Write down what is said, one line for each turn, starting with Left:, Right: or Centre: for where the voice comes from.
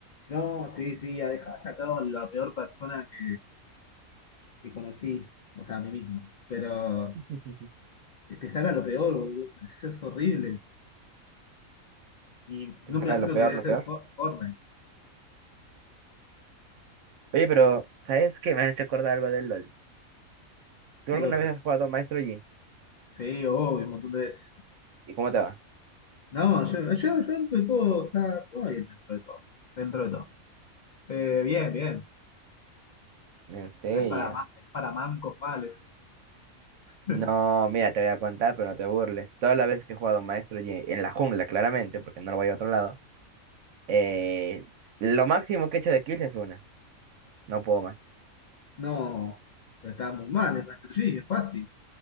Left: No, sí, sí, ha dejado, ha sacado la peor persona que, que conocí, o sea, a mí mismo. Pero
Right: <laughs>
Left: te saca lo peor, boludo. Eso es horrible. Y
Right: Te
Left: no
Right: saca
Left: me imagino
Right: lo peor,
Left: que debe
Right: lo
Left: ser
Right: peor.
Left: For- Fortnite.
Right: Oye, pero ¿sabes qué? Me has hecho acordar algo del LOL. ¿Tú
Left: ¿Qué
Right: alguna
Left: cosa?
Right: vez has jugado Maestro Yi?
Left: Sí, obvio, un montón de veces.
Right: ¿Y cómo te va?
Left: No, yo, yo, yo dentro de todo, está todo bien dentro de todo. Dentro de todo. Eh, bien, bien.
Right: ¿En serio?
Left: Pero es para, ma- es para mancos males. <laughs>
Right: No, mira, te voy a contar, pero no te burles. Todas las veces que he jugado Maestro Yi, en la jungla, claramente, porque no lo voy a otro lado, eh, lo máximo que he hecho de kills es una. No puedo más.
Left: No, pero está muy mal, es Master Yi, es fácil.